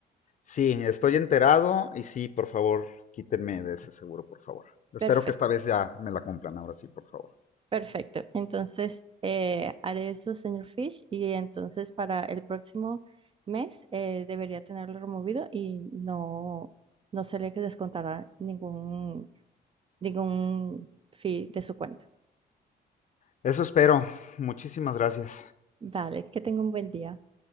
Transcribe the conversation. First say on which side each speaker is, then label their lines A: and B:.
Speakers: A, on the left (about 45°); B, on the right (about 30°).
A: Sí, estoy enterado y sí, por favor, quítenme de ese seguro, por favor. Espero
B: Perfecto.
A: que esta vez ya me la cumplan, ahora sí, por favor.
B: Perfecto. Entonces, eh, haré eso, señor Fish, y entonces para el próximo mes eh, debería tenerlo removido y no, no se le descontará ningún, ningún fee de su cuenta.
A: Eso espero. Muchísimas gracias.
B: Vale, que tenga un buen día.